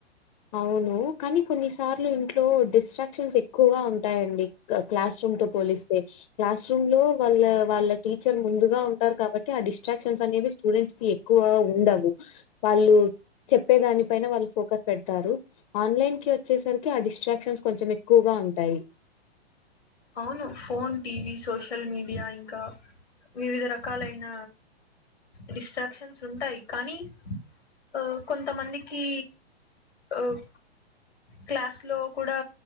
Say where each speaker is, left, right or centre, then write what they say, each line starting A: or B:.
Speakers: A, on the left (about 35°); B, on the left (about 80°).
A: అవును కానీ కొన్నిసార్లు ఇంట్లో డిస్ట్రాక్షన్స్ ఎక్కువగా ఉంటాయండి క్లాస్. క్లాస్ రూమ్ తో పోలిస్తే క్లాస్ రూమ్ లో వాళ్ళ వాళ్ళ టీచర్ ముందుగా ఉంటారు కాబట్టి ఆ డిస్ట్రాక్షన్ అన్. అనేవీ స్టూడెంట్స్ కి ఎక్కువ ఉండవు వాళ్ళు చెప్పేదాని పైన వాళ్ళు ఫోకస్. ఆన్లైన్ కి వచ్చేసరికి ఆ డిస్ట్రాక్షన్స్ కొంచెం ఎక్కువగా ఉంటాయి.
B: అవును ఫోన్ టీవీ సోషల్ మీడియా ఇంకా వివిధ రకాలైన. డిస్ట్రాక్షన్స్ ఉంటాయి కానీ. ఆహ్ కొంతమందికి ఆహ్. క్లాస్ లో కూడా